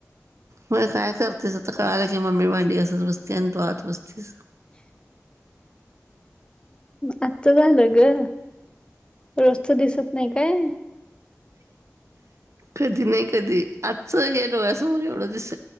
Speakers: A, on the right; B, on the left.
A: व्हयं काय करतीस आता कळालं की, मम्मी भांडी घासत बसत्या आणि तू आत बसतीस.
B: आजचं झालं गं. रोजचं दिसत नाई काय?
A: कधी नाही कधी. आजचं हे डोळ्यासमोर एवढं दिस